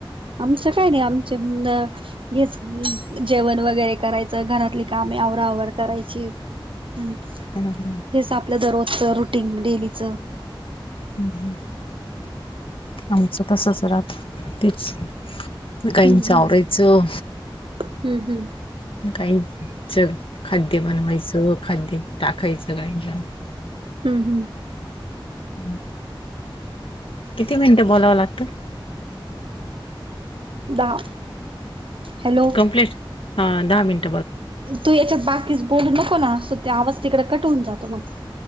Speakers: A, on the right; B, on the left.
A: आमचं काय नाय आमचे न हेच जेवण वगैरे करायचं घरातली कामे आवराआवर करायची. हम्म, तेच
B: हम्म हम्म
A: आपल रूटीन दररोजच रुटीन डेलीचं.
B: हम्म हम्म, आमचं तसच राहात तेच. गाईच
A: हम्म हम्म
B: आवरायचं.
A: हम्म हम्.
B: गाईंच खाद्य बनवायचं खाद्य टाकायचं गाईना.
A: हम्म हम्.
B: <inaudible> किती मिनिटं बोलावं लागतं?
A: दहा हॅलो
B: कंप्लेंट हा दहा मिनट
A: तू याच्यात बाकीच बोलू नको ना अस ते आवाज तिकड कट होऊन जातो मग.